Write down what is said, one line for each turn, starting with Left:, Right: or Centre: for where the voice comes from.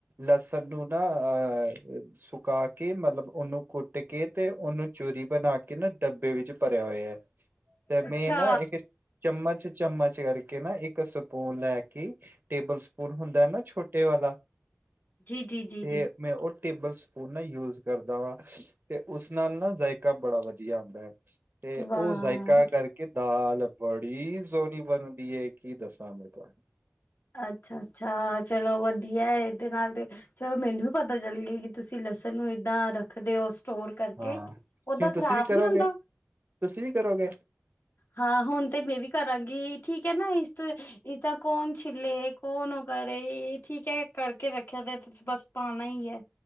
Right: ਲਸਣ ਨੂੰ ਨਾ ਅਹ ਸੁਕਾ ਕੇ ਮਤਲਬ ਔਨੂੰ ਕੁੱਟ ਕੇ, ਤੇ ਔਨੂੰ ਚੂਰੀ ਬਣਾ ਕੇ ਕਿ ਨਾ ਡੱਬੇ ਵਿੱਚ ਭਰਿਆ ਹੋਇਆ, ਤੇ
Left: ਅੱਛਾ
Right: ਮੈਂ ਨਾ ਇੱਕ ਚਮਚ ਚਮਚ ਕਰਕੇ ਨਾ ਇੱਕ ਸਪੂਨ ਲੈ ਕੇ। ਟੇਬਲ ਸਪੂਨ ਹੁੰਦਾ ਨਾ ਛੋਟੇ ਵਾਲਾ?
Left: ਜੀ-ਜੀ-ਜੀ-ਜੀ।
Right: ਤੇ ਮੈਂ ਉਹ ਟੇਬਲ ਸਪੂਨ ਨਾ ਯੂਜ ਕਰਦਾ ਵਾ, ਤੇ ਉਸ ਨਾਲ ਨਾ ਜਾਇਕਾ ਬੜਾ ਵਧ ਧੀਆ ਆਂਦਾ। ਤੇ
Left: ਵਾਹ
Right: ਉਹ ਜਾਇਕਾ ਕਰਕੇ ਦਾਲ ਬੜੀ ਸੋਹਣੀ ਬਣ ਧੀਏ, ਕੀ ਦੱਸਾਂ ਮੈਂ ਤੁਹਾਨੂੰ।
Left: ਅੱਛ-ਅੱਛਾ। ਚਲੋ ਵਧੀਆ ਏਦੇ ਨਾਲ ਤੇ ਚਲੋ ਮੈਨੂੰ ਵੀ ਪਤਾ ਚੱਲ ਗੇ। ਕਿ ਤੁਸੀਂ ਲਸਨ ਨੂੰ ਏਦਾਂ ਰੱਖਦੇ ਓ। ਸਟੋਰ ਕਰਕੇ
Right: ਹਾਂ
Left: ਔਦਾ
Right: ਕਿਉਂ
Left: ਖ਼ਰਾਬ
Right: ਤੁਸੀਂ ਵੀ ਕਰੋਗੇ
Left: ਨੀ ਹੁੰਦਾ?
Right: ਤੁਸੀਂ ਵੀ ਕਰੋਗੇ
Left: ਹਾਂ। ਹੁਣ ਤੇ ਮੈਂ ਵੀ ਕਰਾਂਗੀ। ਠੀਕ ਹੈ ਨਾ ਇਸ ਇਸਦਾ ਕੌਣ ਸ ਤੀਰਲੇ ਕੋਨ ਓ ਕਰੇ ।ਠੀਕ ਐ ਕਰਕੇ ਰੱਖਿਆ ਦਾ ਤੁਸੀਂ ਬਸ ਪਾਣਾ ਈ ਐ।